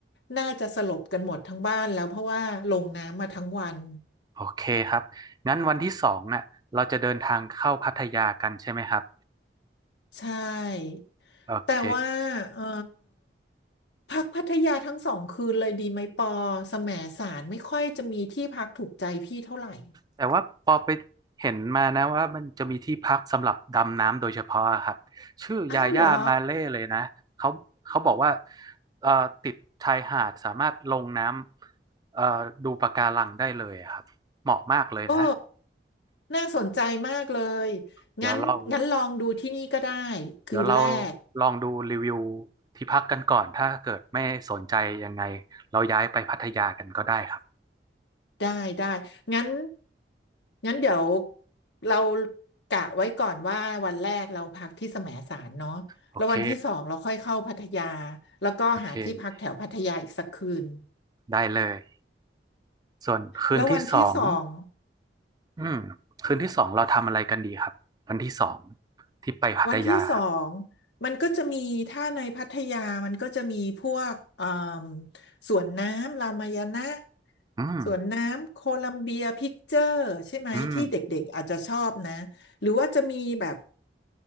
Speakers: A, on the left; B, on the right.
A: น่าจะสลบกันหมดทั้งบ้านแล้วเพราะว่าลงน้ำมาทั้งวัน
B: โอเคครับงั้นวันที่สองน่ะเราจะเดินทางเข้าพัทยากันใช่ไหมครับ
A: ใช่
B: โอเค
A: แต่ว่าเออพักพัทยาทั้งสองคืนเลยดีไหมปอแสมสารไม่ค่อยจะมีที่พักถูกใจพี่เท่าไหร่
B: แต่ว่าพอไปเห็นมานะว่ามันจะมีที่พักสำหรับดำน้ำโดยเฉพาะอะครับชื่อยาย่ามาเล่เลยนะเขาเขาบอกว่า
A: อ้าวเหรอ
B: เอ่อติดชายหาดสามารถลงน้ำเอ่อดูปะการังได้เลยอะครับ เหมาะมากเลยนะ
A: โอ้น่าสนใจมากเลย
B: เดี๋ยวเรา
A: งั้นงั้นลองดูที่นี่ก็ได้คืนแรก
B: เดี๋ยวเราลองดูรีวิวที่พักกันก่อนถ้าเกิดไม่สนใจยังไงเราย้ายไปพัทยากันก็ได้ครับ
A: ได้ได้งั้นงั้นเดี๋ยวเรากะไว้ก่อนว่าวันแรกเราพักที่แสมสารเนาะแล้ววันที่สองเราค่อยเข้าพัทยา
B: โอเค
A: แล้วก็หาที่พักแถวพัทยาอีกสักคืน
B: โอเค ได้เลย ส่วนคืนที่สอง
A: แล้ววันที่สอง
B: อืมคืนที่สองเราทำอะไรกันดีครับวันที่สองที่ไปพัทยา
A: วันที่สองมันก็จะมีถ้าในพัทยามันก็จะมีพวกเอ่มสวนน้ำรามายณะ
B: อืม
A: สวนน้ำโคลัมเบียพิกเจอร์ใช่ไหมที่เด็กๆอาจจะชอบนะหรือว่าจะมีแบบ
B: อืม